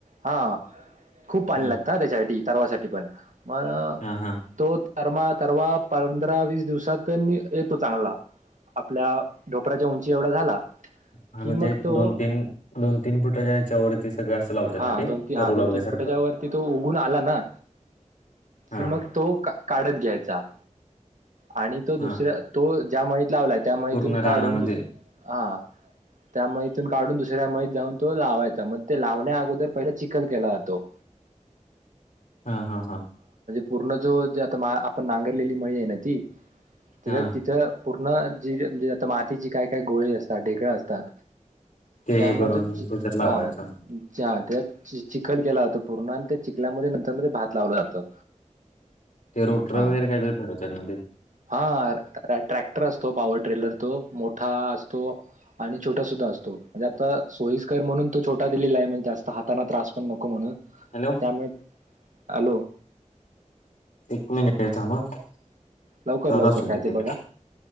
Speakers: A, on the right; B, on the left.
A: हा खूप पाणी
B: हम्म
A: लागत त्याच्यासाठी सर्वासाठी पण मग
B: हा हा
A: तो तरमा तरवा पंधरा वीस दिवसात म येतो चांगला आपल्या ढोपराच्या उंची एवढा झाला
B: हा
A: कि
B: म्हणजे
A: मग
B: एक
A: तो
B: दोन तीन दोन तीन फुटाच्या ह्याच्यावरती सगळं असं लावत
A: हा
B: ना ते
A: दोन तीन
B: तरू
A: हा दोन
B: लावल्यासारखं
A: तीन फुटाच्या वरती तो उगून आला ना
B: हा
A: कि मग तो काढत घ्यायचा आणि तो दुसऱ्या
B: हा
A: तो ज्या मळीत लावला त्या मळीतून
B: पूर्ण
A: काढून
B: रानामध्ये
A: दुस हा त्यामुळे इथून काढून दुसऱ्या मळीत जाऊन तो लावायचा मग ते लावण्या अगोदर पहिला चिखल केला जातो.
B: हा हा हा.
A: पूर्ण जो जे आता मा आपण नांगरलेली मळी आहे ना ती
B: हा
A: <unintelligible> तिथं पूर्ण जी म्हणजे आता मातीची काय काय गोले असतात ढेकळ असतात.
B: ते
A: त्यामुळे
B: हे करून
A: तो
B: मग
A: चि
B: त्याच्यात लावायचं
A: हा <unintelligible> त्यात चिखल केला जातं पूर्ण आणि त्या चिखल्यामध्ये नंतर म भात लावलं जातं.
B: ते रोटर
A: हा
B: वगैरे काहीतरी फिरवतानी
A: हा ट्रॅक्टर असतो पॉवर ट्रेलर तो. मोठा असतो आणि छोटा सुद्धा असतो म्हणजे आता सोई स्कर म्हणून सोईस्करअ म्हणून तो छोटा दिलेला आहे म्हणे जास्त हाताना त्रास पण नको म्हणून
B: हॅलो
A: त्यामुळे आलो
B: एक मिनिट थांब चाल
A: लवकर लवकर
B: त
A: काय
B: ते
A: बघा